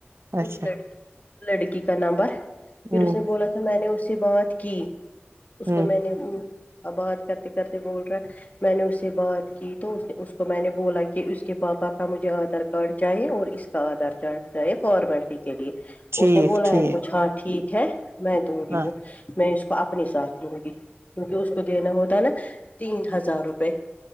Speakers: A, on the right; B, on the left.
A: اچھا
B: اس ل لڑکی کا نمبر پھر
A: ہ
B: اس نے بولا تھا میں نے اس سے بات کی اس
A: ہ
B: کو میں نے آباد کرتے کرتے بول رہا ہے میں نے اس سے بات کی تو اس نے اس کو میں نے بولا کہ اس کے پاپا کا مجھے آدھار کارڈ چاہیے اور اس آدار چار چاہے فور بنٹی کے لیے
A: ٹھیک
B: اس نے بولا
A: ٹھیک
B: ہے کچھ ہاں ٹھیک ہے میں دوں گی
A: ہاں
B: وہ میں اس کو اپنی ساتھ ہ گی کیونکہ اس کو دینا ہوتا نا تین ہزار روپئے